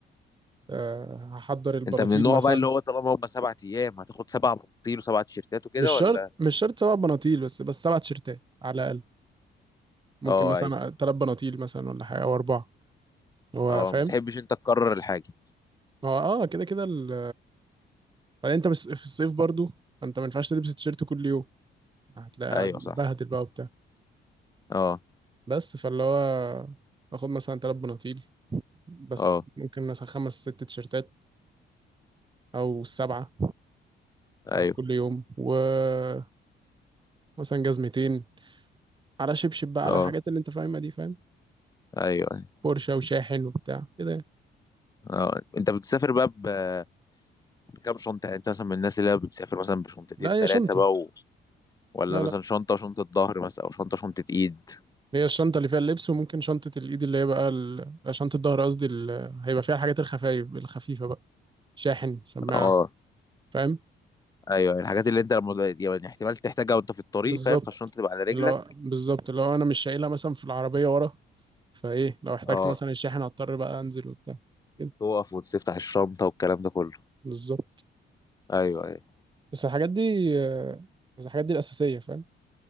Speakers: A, on the right; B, on the left.
A: آه، هحضر البناطيل
B: انت من النوع
A: مثلا
B: بقى اللي هو طالما هم سبع ايام هتاخد سبع بناطيل وسبع تيشيرتات وكده
A: مش شرط
B: ولا
A: مش شرط سبع بناطيل بس بس سبع تيشيرتات على الاقل ممكن
B: اه
A: مثلا
B: اي
A: ثلاث بناطيل مثلا ولا حاجه او اربعه هو
B: اه
A: فاهم
B: ما بتحبش انت تكرر الحاجه
A: هو اه كده كده ال... بعدين انت بس في الصيف برضو فانت ما ينفعش تلبس تيشيرت كل يوم هتلاقي
B: ايوه
A: هتبهدل
B: صح
A: بقى وبتاع
B: اه
A: بس فاللي هو باخد مثلا ثلاث بناطيل بس
B: اه
A: ممكن مثلا خمس ست تيشيرتات او السبعه بتاع
B: ايوه
A: كل يوم ومثلا جزمتين على شبشب بقى على
B: اه
A: الحاجات اللي انت فاهمها دي فاهم
B: ايوه ايوه
A: بورشه وشاحن وبتاع كده يعني.
B: اه انت بتسافر بقى ب- بكام شنطه يعني انت مثلا من الناس اللي هي بتسافر مثلا بشنطتين
A: لا هي
B: ثلاثه
A: شنطه
B: بقى و... ولا
A: لا
B: مثلا
A: لا
B: شنطه شنطه ظهر مثلا او شنطه شنطه ايد
A: هي الشنطة اللي فيها اللبس وممكن شنطة الإيد اللي هي بقى ال... آه، شنطة الظهر قصدي ال... هيبقى فيها الحاجات الخفايف الخفيفة بقى شاحن سماعة
B: اه
A: فاهم
B: ايوه ايوه. الحاجات اللي انت لما يعني احتمال تحتاجها وانت في الطريق
A: بالظبط
B: فاهم فالشنطه تبقى على رجلك
A: اللي هو بالظبط اللي هو أنا مش شايلها مثلا في العربية ورا فإيه لو احتجت
B: اه
A: مثلا الشاحن هضطر بقى أنزل وبتاع كده
B: تقف وتفتح الشنطه والكلام ده كله
A: بالظبط
B: ايوه ايوه
A: بس الحاجات دي آه، بس الحاجات دي الأساسية فاهم